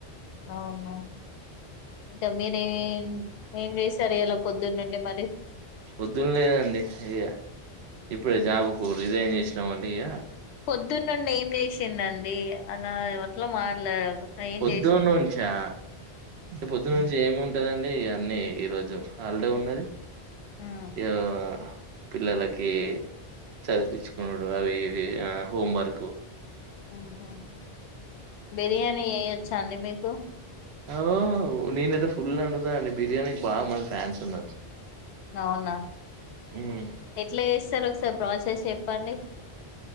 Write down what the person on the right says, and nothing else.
పొద్దున లేదండి ఇక ఇప్పుడే జాబ్ కు రిజైన్ చేసినామండి ఇక
పొద్దున్న
నుంచా పొద్దునుంచి ఏమ్ ఏం ఉంటదండి అన్నీ ఈ రోజు హాలిడే ఉన్నది
యో పిల్లలకి చదిపించుకునుడు అవి ఇవి ఆ హోంవర్క్
ఔ నేనైతే ఫుల్ అండుతా అండి బిర్యానీకి బాగా మంది ఫ్యాన్స్ ఉన్నారు
మ్మ్